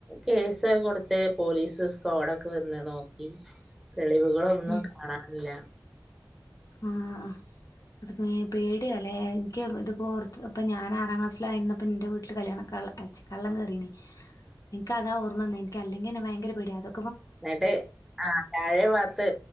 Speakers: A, in the centre; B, on the left.
A: കേസ് കൊടുത്ത് പോലീസ് സ്കോഡൊക്കെ വന്ന് നോക്കി. തെളിവ് ഇവിടൊന്നും
B: ഉം
A: കാണാനില്ല.
B: ആഹ്. അത് പെ പേടിയ ല്ലെ എനിക്ക് ഇത്പ്പോത്ത് ഇപ്പ ഞാൻ ആറാം ക്ലാസ്സിലായിന്നപ്പ എന്റെ വീട്ടില് കല്യാണക കള്ളൻ കെറീനേ എനിക്ക് അതാഓർമ്മന്ന എനികല്ലെങ്കി ഭയങ്കര പേടിയാ അതോ
A: എന്നിട്ട് ആ താഴെ ഭാത്ത്